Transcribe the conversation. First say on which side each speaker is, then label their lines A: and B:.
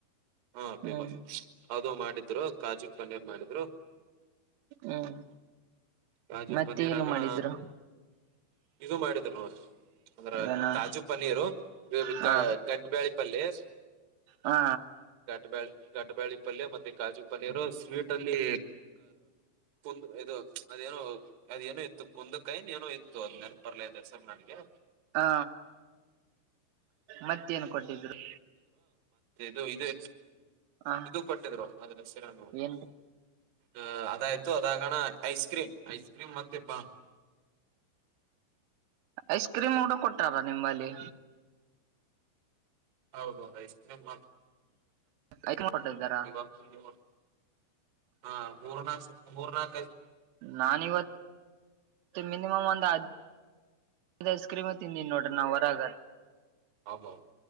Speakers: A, on the right; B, on the right.
A: ಹಾ
B: ಹ್ಮ್
A: ಫೇಮಸ್ ಅದು ಮಾಡಿದ್ರು ಕಾಜುಟ್ ಪನ್ನೀರ್ ಮಾಡಿದ್ರು
B: ಹ್ಮ್
A: ಕಾಜು
B: ಮತ್ತೆ
A: ಪನ್ನೀರ್
B: ಏನು
A: ಆಗಣ
B: ಮಾಡಿದ್ರು
A: ಇದು ಮಾಡಿದರು ನೋಡಿ ಅಂದ್ರ
B: ಏನು
A: ತಾಜು ಪನೀರು
B: ಹಾ
A: ಗ ಗಟ್ಟಬ್ಯಾಳಿ ಪಲ್ಲಸ್
B: ಹಾ
A: ಗಟ್ಟಬ್ಯಾಳಿ ಗಟಬಾಳಿ ಪಲ್ಯ ಮತ್ತೆ ಕಾಜು ಪನೀರು ಸ್ವೀಟ್ ಅಲ್ಲಿ ಒಂದು ಇದು ಅದೇನೋ ಅದೇನೋ ಇತ್ತು ಕುಂದಕಾಯನ್ ಏನೋ ಇತ್ತು ಅದ ನೆನಪ ಪರ್ಲೇದೆ ಸರ್ ನನ್ಗೆ
B: ಹಾ ಮತ್ತೇನ್ ಕೊಟ್ಟಿದ್ರು
A: ದು ಇದೆ
B: ಹ
A: ಇದು ಕೊಟ್ಟಿದ್ರು ಅದ್ರಸಿರ ಅಹ
B: ಏನ್
A: ಅದಾಯ್ತು ಅದ ಕಣ ಐಸ್ಕ್ರೀಮ್ ಐಸ್ಕ್ರೀಮ್ ಮೆ ಪಾಣ
B: ಐಸ್ ಕ್ರೀಮ್ ನೋಡ ಕೊಟಾರ ನಿಂಬಲ್ಲಿ
A: ಹೌದೌದು ಐಸ್ ಕ್ರೀಮ್
B: ಐಸ್ ಕ್ರೀಮ್ ಕೊಟ್ಟಿದ್ದಾರಾ
A: ಇವಾಗತ್ತು ಮೂರ್ ಹಾ ಮೂರನಾಸ ಮೂರ್ನಾಕ
B: ನಾಾನ ಇವತ್ತು ಮಿನಿಮ್ ಒಂದ ಐಸ್ ಕ್ರೀಮ ತಿಂದಿನಿ ನೋಡ್ರ ನ ಹೊರಗ
A: ಅಬ್ಬಾ